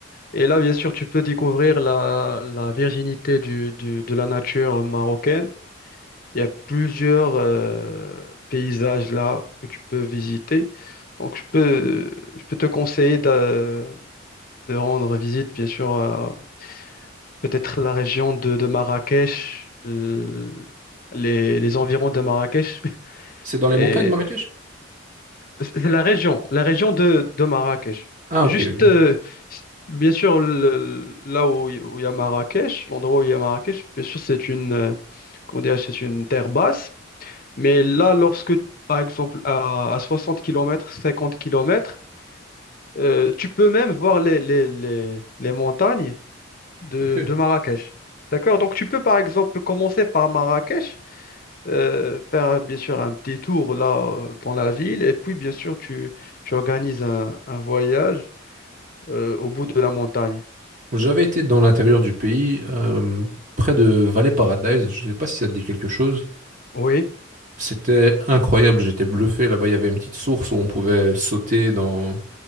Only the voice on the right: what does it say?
C'est dans les
montagnes, Marrakech?
Ah,
ok, ok.
ok.
J'avais été dans l'intérieur du pays, euh, près de Valley Paradise. Je sais pas si ça te dit quelque chose.
C'était incroyable, j'étais bluffé. Là-bas, il y avait une petite source où on pouvait sauter dans.